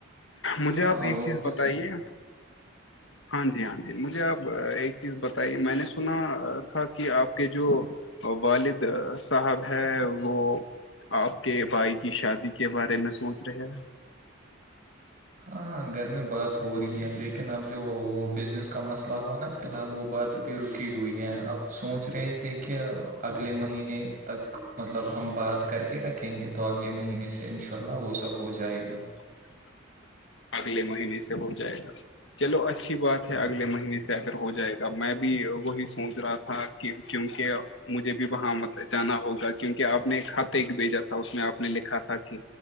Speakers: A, on the left; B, on the right.
A: مجھے
B: ہاں
A: آپ ایک
B: وہ
A: چیز بتائیے
B: بھی
A: ہاں جی ہاں جی جی مجھے آپ ایک چیز بتائیے میں نے سنا تھا کہ آپ کے جو والد صاحب ہے وہ آپ کے بھائی کی شادی کے بارے میں سوچ رہے ہیں
B: ہاں گھر میں بات ہو رہی ہے لیکن اب جو وہ بزنس کا مسئلہ الہا نا فی الحال وہ بات ابھی رکی ہوئی ہے اب سوچ رہے تیک اگلے مہینے تک مطلب ہم بات کر کے رکھیں گے تو اگلے مہینے سے انشاء اللہ وہ سب ہو جائے گا
A: <inaudible> اگلے مہینے سے ہو جائے گا چلو اچھی بات
B: ہاں
A: ہے اگلے مہینے سے ہو جائے گا میں بھی وہی سوچ رہا تھا کہ کیونکہ مجھے بھی وہاں مطل جانا ہوگا کیونکہ آپ نے خط ایک بھیجا اس میں آپ نے لکھا تھا کہ